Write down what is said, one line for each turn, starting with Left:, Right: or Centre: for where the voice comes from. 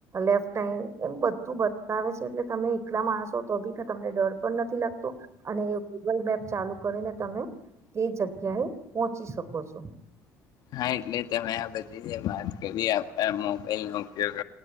Right: લેફ્ટ ટાઈમ એમ તું બતાવે છે એટલે તમે એકલા માણસો તો બી કે તમને ડર પણ નથી લાગતો અને એ ગૂગલ મેપ ચાલુ કરીને તમે એ જગ્યાએ પોહોંચી શકો છો.
Left: હા એટલે તમે આ બધી જે વાત કરી આપ મોબાઈલનો ઉપયોગ